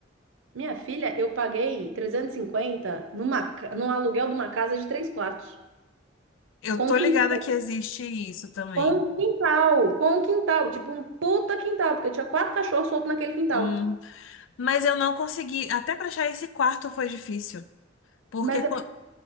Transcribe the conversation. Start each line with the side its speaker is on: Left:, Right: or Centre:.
Right: Minha filha, eu paguei 350 numa, ca- num aluguel de uma casa de três quartos.
Left: Eu
Right: Com
Left: tô ligada
Right: quintal.
Left: que existe isso também.
Right: Com quintal. Com quintal. Tipo um puta quintal, porque eu tinha quatro cachorros soltos naquele quintal.
Left: Hum, mas eu não consegui. Até pra achar esse quarto foi difícil. Porque
Right: Mas
Left: quan-
Right: é porque,